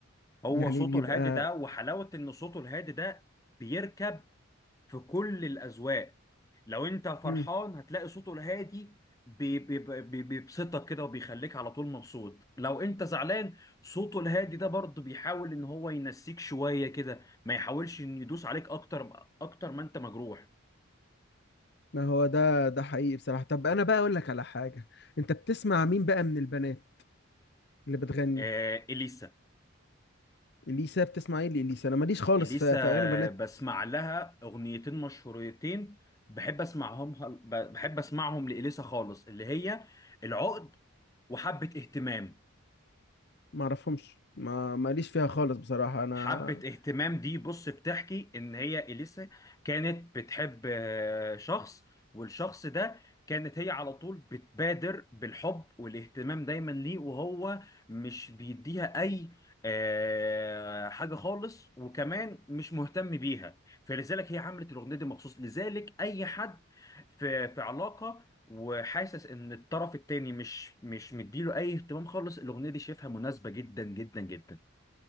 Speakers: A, on the left (about 15°); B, on the left (about 50°).
A: هو
B: يعني
A: صوته
B: بيبقى
A: الهادي ده وحلاوة إن صوته الهادي ده بيركب في كل الأذواق لو أنت فرحان
B: امم
A: هتلاقي صوته الهادي بي- بي- بي- بيبسطك كده وبيخليك على طول مبسوط لو أنت زعلان صوته الهادي ده برضه بيحاول إن هو ينسيك شوية كده ما يحاولش إن يدوس عليك أكتر أكتر ما أنت مجروح
B: ما هو ده ده حقيقي بصراحة طب أنا بقى أقول لك على حاجة أنت بتسمع مين بقى من البنات اللي بتغني
A: آه إليسا
B: إليسا بتسمع إيه لإليسا أنا ماليش خالص
A: إليسا
B: في, في أغاني بنات
A: بسمع لها أغنيتين مشهورتين بحب أسمعهم بحب أسمعهم لإليسا خالص اللي هي العقد وحبة اهتمام
B: ما أعرفهمش ما ماليش فيها خالص بصراحة أنا
A: حبة اهتمام دي بص بتحكي ان هي اليسا كانت بتحب آه، شخص والشخص ده كانت هي على طول بتبادر بالحب والاهتمام دايما ليه وهو مش بيديها اي آه، حاجة خالص وكمان مش مهتم بيها فلذلك هي عملت الاغنية دي مخصوص لذلك اي حد في في علاقة وحاسس ان الطرف التاني مش مش مديله اي اهتمام خالص الاغنية دي شايفها مناسبة جدا جدا جدا